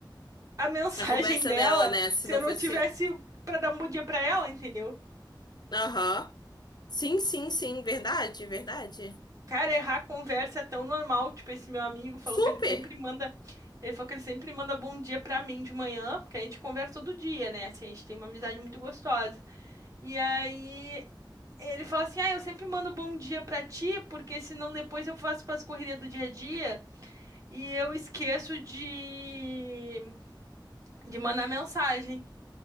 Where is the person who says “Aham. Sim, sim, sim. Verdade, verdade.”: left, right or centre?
Left